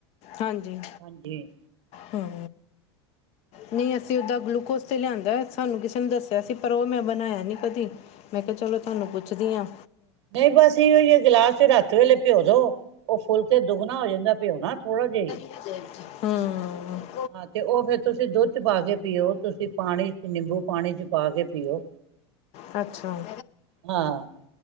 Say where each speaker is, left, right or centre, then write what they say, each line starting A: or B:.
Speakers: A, on the left; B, on the right.
A: ਹਾਂਜੀ
B: ਹਾਂਜੀ।
A: ਹੂੰ। ਨਈ, ਅਸੀਂ ਉੱਦਾਂ ਗਲੂਕੋਸ 'ਤੇ ਲਿਆਂਦਾ ਸਾਨੂੰ ਕਿਸੇ ਨੇ ਦੱਸਿਆ ਸੀ ਪਰ ਓਹ ਮੈਂ ਬਣਾਇਆ ਨੀ ਕਦੀ ਮੈਂ ਕਿਆ ਚਲੋ ਤੁਹਾਨੂੰ ਪੁੱਛਨੀ ਆ।
B: ਨਈ ਬਸ ਇਹੀਓ ਯੇ ਗਲਾਸ ਚ ਰੱਥ ਵੇਲੇ ਪਓ ਦੋ। ਓਹ ਫੁਲ ਕੇ ਦੁੱਗਨਾ ਹੋ ਜਾਂਦਾ, ਪਯੋਨਾ ਥੋੜਾ ਜਾ ਹੀ।
A: ਹਾਂ।
B: ਹਾਂ ਤੇ ਓਹ ਫੇਰ ਤੁਸੀਂ ਦੁੱਧ ਚ ਪਾ ਕੇ ਪੀਓ ਤੁਸੀਂ ਪਾਣੀ ਚ ਨਿੰਬੂ ਪਾਣੀ ਚ। ਪਾ ਕੇ ਪੀਓ
A: ਅੱਛਾ,
B: ਹਾਂ